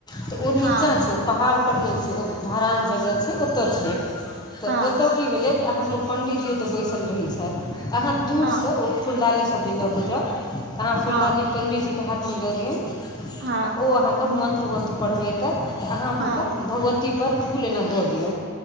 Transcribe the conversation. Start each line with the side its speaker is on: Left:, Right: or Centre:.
Left: तऽ ओ
Right: हँ
Left: नीचाँ छै ओ पहाड़पर नहि छै ओ धरान जगह छै ओतय छै तऽ
Right: हँ
Left: ओतय की भेलै जे अहाँके ओ पण्डीजी ओतय बैसल रहै छथि अहाँ दूरसँ
Right: हँ
Left: ओ फुलडाली सब जे लऽ कऽ जाउ तऽ अहाँ फुलडाली
Right: हँ
Left: पण्डीजीके हाथमे दऽ दियौन
Right: हँ
Left: आ ओ अहाँके मन्त्र मन्त्र पढ़बैतथि तऽ अहाँ
Right: हँ
Left: हुनका भगवतीप फूल एना दऽ दियौ